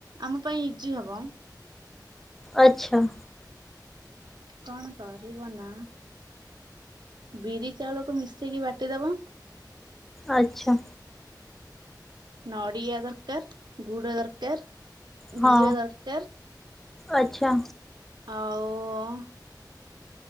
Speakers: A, on the right; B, in the centre.
A: ଆମ ପାଇଁ ଇଜି ହବ।
B: ଆଚ୍ଛା।
A: କଣ କରିବ ନା ବିରି ଚାଉଳକୁ ମିଶେଇକି ବାଟିଦବ।
B: ଆଚ୍ଛା।
A: ନଡ଼ିଆ ଦରକାର, ଗୁଡ଼ ଦରକାର,
B: ହଁ
A: ଘିଅ ଦରକାର
B: ଆଚ୍ଛା।
A: ଆଉ